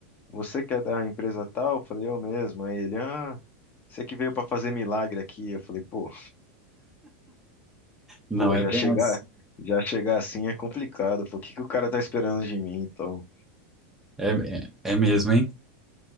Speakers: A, on the left (about 30°); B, in the centre.
A: você que é da empresa tal? Eu falei: Eu mesmo. Aí ele: Ah, você que veio pra fazer milagre aqui. Eu falei: Pô,
B: Não
A: pô,
B: é
A: já
B: bem
A: chegar,
B: assim.
A: já chegar assim é complicado. Pô, o que que o cara tá esperando de mim, então,
B: É, é, é mesmo, hein?